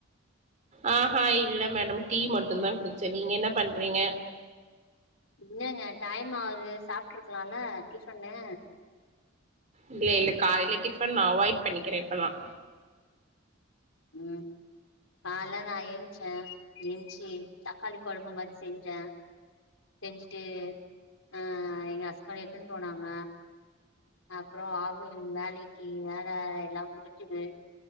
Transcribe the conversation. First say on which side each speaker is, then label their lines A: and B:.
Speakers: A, on the right; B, on the left.
A: ஆஹ்ஹா இல்ல மேடம் டீ மட்டும் தான் குடிச்சேன் நீங்க என்ன பண்றீங்க
B: என்னங்க டைம் ஆகுது சாப்பிட்டு இருக்கலாம்ல டிபன்னு
A: இல்ல இல்ல காலையில டிபன் நா அவாய்ட் பண்ணிக்கிறேன் இப்பலாம்
B: உம் காலலா நான் ஏந்திச்சேன் ஏன் ச்சி தக்காளி குழம்பு மாரி செஞ்சேன் செஞ்சுட்டு ஆஹ் எங்க ஹஸ்பண்ட் எடுத்து போனாங்க அப்பறம் வேலைக்கு வேலை எல்லாம் முடிச்சது